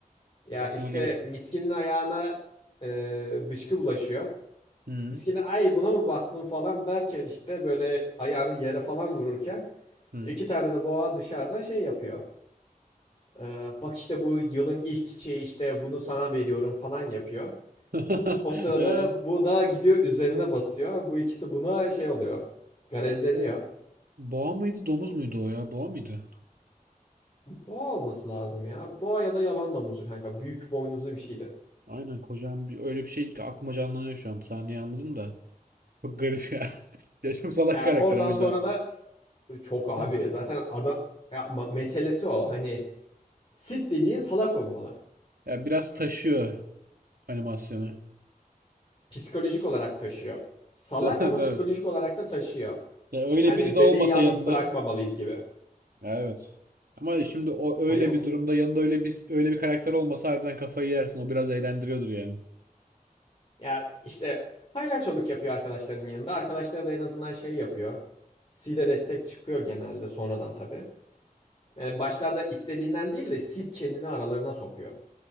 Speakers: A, on the left; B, on the right.
A: Ya
B: Aklıma
A: işte
B: gelir.
A: miskinin ayağına e, dışkı bulaşıyor.
B: Hı
A: Miskini ay buna mı bastın falan derken işte böyle ayağını yere falan vururken
B: hı.
A: iki tane de boğa dışarıda şey yapıyor. E, bak işte bu yılın ilk çiçeği işte bunu sana veriyorum falan yapıyor.
B: <laughs>
A: O sırada
B: Ee,
A: bu da gidiyor üzerine basıyor. Bu ikisi buna şey oluyor. Garezleniyor.
B: boğa mıydı, domuz muydu o ya? Boğa mıydı?
A: Boğa olması lazım ya. Boğa ya da yaban domuzu kanka. Büyük boynuzlu bir şeydi.
B: Aynen kocaman bir öyle bir şey ki aklıma canlanıyor şu an. Sahneyi anladım da. Çok garip ya. <laughs> Ya çok salak
A: Ya
B: karakter
A: oradan
B: ama
A: sonra
B: cidden.
A: da e, çok abi
B: <laughs>
A: zaten ada ya meselesi o. Hani sit dediğin salak olmalı.
B: Ya biraz taşıyor animasyonu.
A: Psikolojik
B: <laughs>
A: olarak taşıyor. Salak
B: Ta- Tabii.
A: ama psikolojik olarak da taşıyor.
B: Ya öyle
A: Hani
B: biri de
A: bebeği
B: olmasa
A: yalnız
B: yanında.
A: bırakmamalıyız gibi.
B: Ya evet. Ama şimdi o öyle
A: Hani
B: bir durumda yanında öyle bir öyle bir karakter olmasa harbiden kafayı yersin. O biraz eğlendiriyordur yani.
A: ya işte palyaçoluk yapıyor arkadaşların yanında. Arkadaşları da en azından şey yapıyor. Sid'e destek çıkıyor genelde sonradan tabii. Yani başlarda istediğinden değil de Sid kendini aralarına sokuyor.